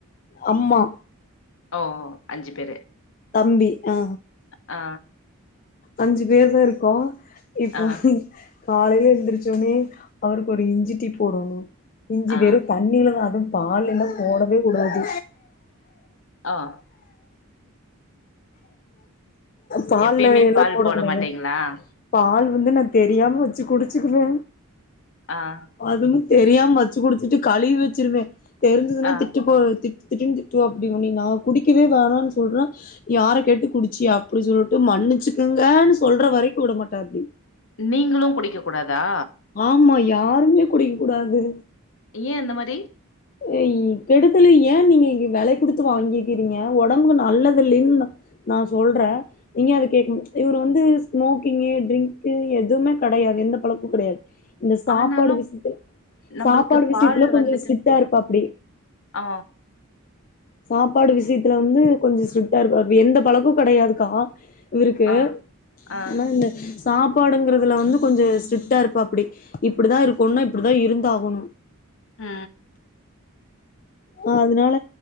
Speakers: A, on the left; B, on the left.
A: அம்மா
B: ஓ ஓ அஞ்சு பேரு
A: தம்பி ஆ
B: ஆ
A: அஞ்சு பேரு தா இருக்கோ இப்போ
B: ஆ
A: காலையில எந்திரிந்ச்சொன்னே அவருக்கு ஒரு இஞ்சி டீ போடணு இஞ்சி
B: ஆ
A: வெறும் தண் ணியில தா அதும் பால்ல எல்லா போடவே கூடாது
B: அ
A: பால்ல
B: எப்பயுமே
A: எல்லா
B: பால்
A: போடக்கூடாது
B: போட மாட்டீங்களா
A: பால் வந்து நா தெரியாம வச்சு குடிச்சுக்குவே
B: அ
A: அதுமு தெரியாம வச்சு குடிச்சிட்டு கழுவி வச்சிருவே தெரிஞ்சதுன்னா
B: ஆ
A: திட்டுப்போ திட் திட்டு திட்டுன்னு திட்டுவாப்டி உன்னய நா குடிக்கவே வேணான்னு சொல்றே யார கேட்டு குடிச்சியா அப்டி சொல்ட்டு மன்னிச்சுக்கங்கன்னு சொல்ற வரைக்கு உட மாட்டாரு டி
B: நீங்களும் குடிக்க கூடாதா
A: ஆமா யாருமே குடிக்க கூடாது
B: ஏன் அந்த மாறி
A: ஏய் கெடுதலு ஏன் நீங்க வெல குடுத்து வாங்கிக்கீறீங்க ஒடம்புக்கு நல்லது இல்லைன்னு நா சொல்றே இங்க அவரு கேட்கணு இவரு வந்து ஸ்மோக்கிங்கு ட்ரின்கு எதுமே கெடையாது எந்த பழக்கம் கெடையாது இந்த சாப்பாடு
B: ஆனாலு
A: விஷயத்துல
B: நம்பளுக்கு
A: சாப்பாடு விஷயத்துல
B: பால்
A: கொஞ்சோ
B: வந்துட்டு
A: ஸ்ட்டிட்டா இருப்பாப்டி
B: ஆ
A: சாப்பாடு விஷயத்துல வந்து கொஞ்சோ ஸ்ட்டிட்டா இருப்பாப்டி எந்த பழக்கோ கிடையாதுக்கா இவருக்கு
B: ஆ ஆ
A: ஆனா இந்த சாப்பாடுங்கிறதுல வந்து கொஞ்சோ ஸ்ட்டிக்டா இருப்பாப்டி இப்படி தா இருக்கோணுன்னா இப்படி தா இருந்தாகணு
B: அ
A: அ அதனால